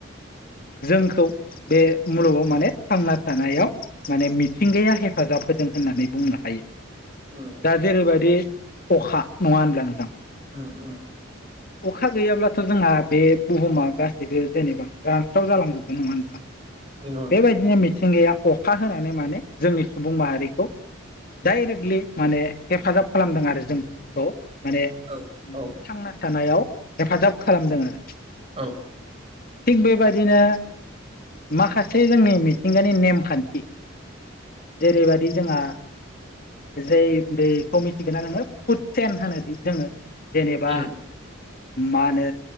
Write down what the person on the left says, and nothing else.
जोंखौ बे मुलुगाव माने थांना थानायाव माने मिथिंगाया हेफ हेफाजाब होदों होननानै बुंनो हायो
दा जेरैबायदि अखा नङा होनब्ला नोंथां
अखा गैयाब्लाथ' जोंहा बे बुहुमा गासैबो जेनेबा रानस्राव जालांजोबबो नङा होनबा
बेबायदिनो मिथिंगाया अखा होनानै माने जोंनि सुबुं माहारिखौ डाइरेक्टलि माने हेफाजाब खालामदों आरो जोंखौ माने
थांना थानायाव हेफाजाब खालामदों आरो
थिग बेबायदिनो माखासे जोंनि मिथिंगानि नेमखान्थि जेरैबायाददि जोंहा जै बेखौ मिथिगोना नोंङो फुडसेेन होनोदि जोंङो जेनेबा
मा होनो